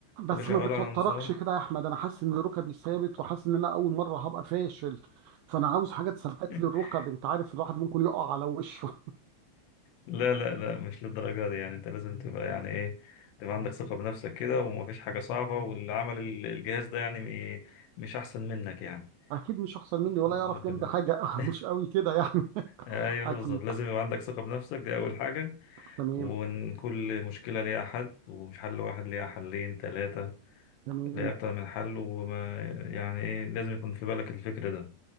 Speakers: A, on the right; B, on the left.
A: بس
B: تبقى شغال
A: ما بتوتركش
B: على نظام
A: كده يا احمد انا حاسس ان ركبي ثابت وحاسس ان انا اول مره هبقى فاشل فانا عاوز حاجه تثبت
B: <laughs>
A: لي الركب انت عارف الواحد ممكن يقع على وشه <laughs>
B: لا لا لا مش للدرجة دي يعني انت لازم تبقى يعني ايه تبقى عندك ثقة بنفسك كده ومفيش حاجة صعبة واللي عمل ال- الجهاز ده يعني م- مش أحسن منك يعني
A: اكيد مش احسن مني ولا
B: لا، لا،
A: يعرف
B: في-
A: جنبي حاجه <laughs>
B: <laughs>
A: مش قوي كده يعني
B: ايوه
A: اكيد
B: بالظبط لازم يبقى عندك ثقة بنفسك دي أول حاجة
A: تمام
B: وإن كل مشكلة ليها حل ومش حل واحد ليها حلين ثلاثة
A: تمام
B: ليه أكتر من حل وما يعني إيه لازم يكون في بالك الفكر ده